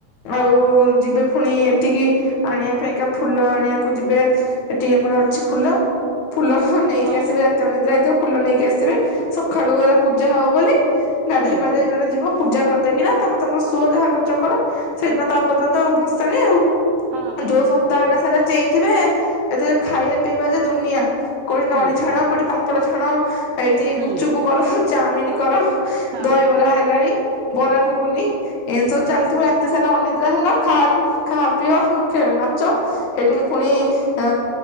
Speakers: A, on the right; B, on the left.
A: ହଁ।
B: ଆଉ ଯିବେ ଫୁଣି ହେଠିକି ଆଣିବା ପାଇଁକା ଫୁଲ ଆଣିବାକୁ ଯିବେ ହେଠି ଆମର ଅଛି ଫୁଲ। ଫୁଲ ନେଇକି
A: ହଁ
B: ଆସିବେ ରାତି ଅନିଦ୍ରା ହେଇଥିବେ, ଫୁଲ ନେଇକି ଆସିବେ। ସଖାଳୁ ଏରା ପୂଜା ହବ ବୋଲି ଗାଧେଇ
A: ହୁଁ
B: ପାଧେଇ ଜଣେ ଯିବ ପୂଜା କରିଦେଇ କିନା ତମେ ତମର ଶୁଅ ଯାହା କରୁଛ କର ସେଦିନ ତାପର ଦିନ ତ ଭସାଣି ଆଉ।
A: ହଁ ହଁ
B: ଯୋଉ
A: ହଁ
B: ସପ୍ତାହଟା ସାରା ଚେଇଁଥିବେ ସେଥିରେ ଖାଇବା ପିଇବା ଯେ ଦୁନିଆ କୋଉଠି ନଳି
A: ହୁଁ
B: ଛାଣ, କୋଉଠି ପାମ୍ପଡ଼ ଛାଣ, ଏଇଠି
A: ହୁଁ
B: ଗୁପଚୁପ୍ କର, ଚାଓମିନ କର।
A: ହଁ
B: ଦହିବରା ହେଲାଣି ବରା ଘୁଗୁନି ଏମିତି ସବୁ ଚାଲିଥିବ ରାତି ସାରା ଅନିଦ୍ରା ହେଲା ଖା ଖାଅ ପିଅ ନାଚ। ସେଠି ପୁଣି ଅ